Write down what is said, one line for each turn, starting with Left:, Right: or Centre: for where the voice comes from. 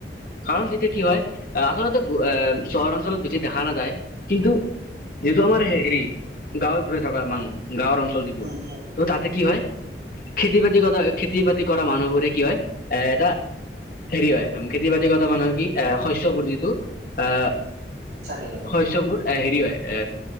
Left: কাৰণ তেতিয়া কি হয়? আচলতে এ চহৰ অঞ্চলত বেছি দেখা নাযায় কিন্তু যিটো আমাৰ হেৰি গাঁৱে ভূঞে থকা মানুহ। গাঁৱৰ অঞ্চল যিবোৰ
Right: উম
Left: ত'
Right: উম
Left: তাতে কি হয়। খেতি বাতি কৰা খেতি বাতি কৰা মানুহবোৰে কি হয়। এ এটা হেৰি হয় খেতি বাতি কৰা মানুহৰ কি এ শস্য চবুজিতো এ
Right: চাকি জ্বলাই
Left: শস্যবোৰ এ হেৰি হয় এ